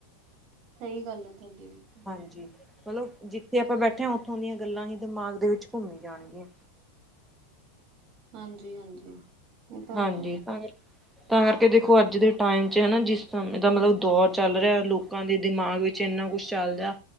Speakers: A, on the right (about 40°); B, in the centre.
A: ਸਹੀ ਗੱਲ ਹੈ ਤੁਹਾਡੀ ਵੀ।
B: ਹਾਂਜੀ। ਮਤਲਬ ਜਿੱਥੇ ਆਪਾਂ ਬੈਠੇ ਹਾਂ ਉੱਥੋਂ ਦੀਆਂ ਗੱਲਾਂ ਹੀ ਦਿਮਾਗ ਦੇ ਵਿੱਚ ਘੁੰਮੀ ਜਾਣਗੀਆਂ।
A: ਹਾਂਜੀ- ਹਾਂਜੀ। ਇਹ ਤਾਂ
B: ਹਾਂਜੀ।
A: ਹੈ
B: ਤਾਂ ਤਾਂ ਕਰਕੇ ਦੇਖੋ ਅੱਜ ਦੇ ਟਾਈਮ ਚ' ਹਨਾ ਜਿਸ ਸਮੇਂ ਦਾ ਮਤਲਬ ਦੌਰ ਚੱਲ ਰਿਹਾ ਲੋਕਾਂ ਦੇ ਦਿਮਾਗ ਵਿੱਚ ਇੰਨਾ ਕੁਛ ਚੱਲਦਾ।